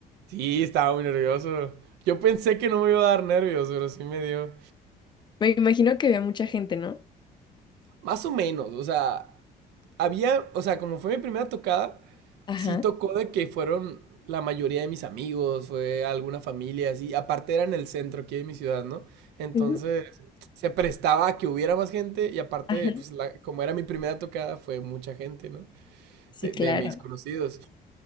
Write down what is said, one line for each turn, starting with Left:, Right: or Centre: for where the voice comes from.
Right: Sí, estaba muy nervioso. Yo pensé que no me iba a dar nervios, pero sí me dio.
Left: Me imagino que había mucha gente, ¿no?
Right: Más o menos, o sea, había, o sea, como fue mi primera tocada,
Left: Ajá.
Right: sí tocó de que fueron la mayoría de mis amigos, fue alguna familia, así. Aparte era en el centro aquí de mi ciudad, ¿no? Entonces
Left: Ujú.
Right: se prestaba a que hubiera más gente y aparte,
Left: Ajá.
Right: pues la- como era mi primera tocada, fue mucha gente, ¿no?
Left: Sí,
Right: De,
Left: claro.
Right: de mis conocidos.